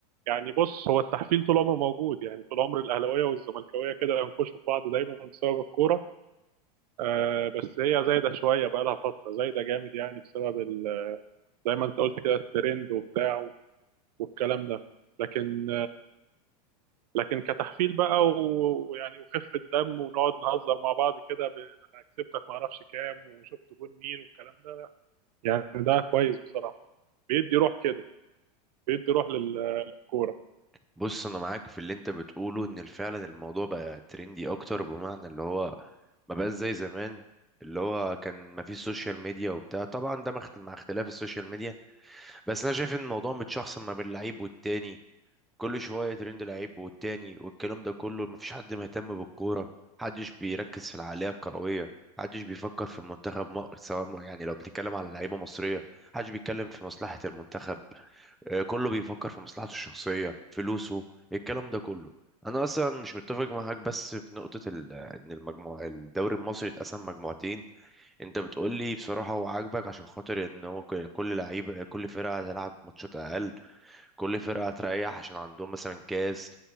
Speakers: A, on the right; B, in the centre.
A: يعني بص هو التحفيل طول عمره موجود يعني طول عمر الاهلاويه والزملكاويه كده ينكشوا في بعض دايما بسبب الكوره آه بس هي زايده شويه بقى لها فتره زايده جامد يعني بسبب ال- زي ما انت قلت كده الترند وبتاع والكلام ده لكن لكن كتحفيل بقى ويعني وخفه دم ونقعد نهزر مع بعض كده ب... انا كسبتك ما اعرفش كام وشفت جون مين والكلام ده يعني ده كويس بصراحه بيدي روح كده بيدي روح لل- للكوره
B: بص انا معاك في اللي انت بتقوله ان فعلا الموضوع بقى ترندي اكتر بمعنى اللي هو ما بقاش زي زمان اللي هو كان ما فيش سوشيال ميديا وبتاع طبعا ده مع اخت- مع اختلاف السوشيال ميديا بس انا شايف ان الموضوع متشخصن ما بين اللعيب والتاني كل شوية ترند لعيب والتاني والكلام ده كله مفيش حد مهتم بالكورة محدش بيركز في العقلية الكروية محدش بيفكر في المنتخب م- سواء م- يعني لو بتتكلم على لعيبة مصرية محدش بيتكلم في مصلحة المنتخب آه، كله بيفكر في مصلحته الشخصية فلوسه الكلام ده كله أنا أصلا مش متفق معاك بس في نقطة ال- إن المجموعة الدوري المصري اتقسم مجموعتين أنت بتقولي بصراحة هو عاجبك عشان خاطر إن هو ك- كل لعيبة كل فرقة هتلعب ماتشات أقل كل فرقة هتريح عشان عندهم مثلا كاس